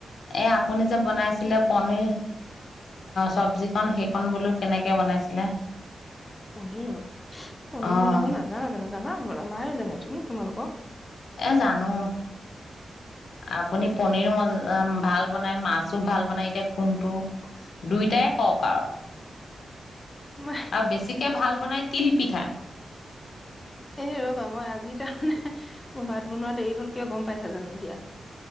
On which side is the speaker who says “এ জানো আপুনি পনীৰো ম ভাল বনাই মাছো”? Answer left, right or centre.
Left